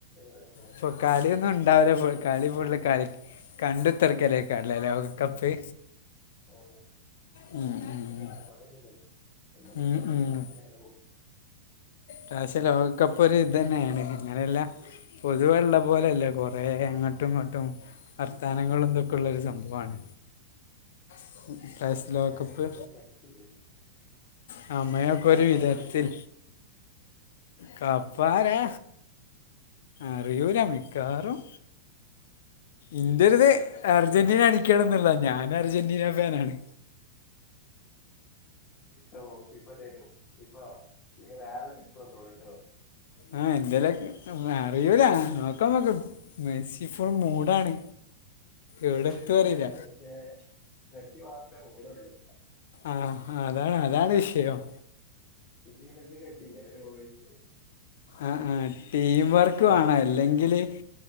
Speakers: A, on the left; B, on the left.
A: കളി ഇണ്ടായോണ്ടേ
B: പ്പൊ കളിയൊന്നുംണ്ടാവില്ല.
A: അതിമ്മെ തന്നെ പോകും
B: കളി ഫുള്ള് കളി. കണ്ട്ത്രക <unintelligible> ളെക്കാരം ലെ ലോക കപ്പ്‌.
A: ഓ
B: മ് മ്മ്
A: വേറെ പണിയൊന്നുല്ലല്ലോ വല്ലപ്പോം
B: മ്
A: ഡാൻഡി
B: മ്മ്
A: മാസിലങ്ങനെ പോകും
B: ക്ഷേ ലോകകപ്പ് ഒരു ത് ന്നെയാണ്. അങ്ങനെയല്ല. പൊതുവെള്ള പോലല്ലേ കൊറേ അങ്ങട്ടും ങ്ങട്ടും. വാർത്തനങ്ങളോണ്ട് ക്കെ ള്ളൊരു സംഭവാണ്. <unintelligible>
A: പല
B: ലോകകപ്പ്
A: പല ദൈവത്തിന് ശക്തിയില്ലേ
B: സമയൊക്കെ
A: ആര്
B: ഒരു
A: കപ്പടിക്കും
B: വിധത്തിൽ. കപ്പാരാ അറിയൂല മിക്കാറും ഇൻ്റൊരിത് അർജന്റീന അടിക്കണംന്നുള്ളത. ഞാനർജന്റീന ഫാനാണ്
A: ഓ ഇപ്പ തരും. ഇപ്പ നീ വേറെ <unintelligible> കേട്ടോ
B: ആഹ് എന്തേല് അറിയൂല നോക്കാ നമുക്ക് മെസ്സി ഫുൾ മൂഡാണ് എവിടെത്തും
A: മെസി കൂടെന്നെയാണ്
B: അറിയില്ല
A: പക്ഷേ മെസി മാത്രമേ പോണള്ളൂ
B: ആഹ് അതാണ് അതാണ് വിഷയം
A: ജീവിതത്തി കെട്ടീല്ല ഒരു വയ <unintelligible>
B: ആഹ് ആഹ് ടീംവർക്ക് വേണം
A: കിട്ടിയിക്കണ്
B: അല്ലെങ്കില്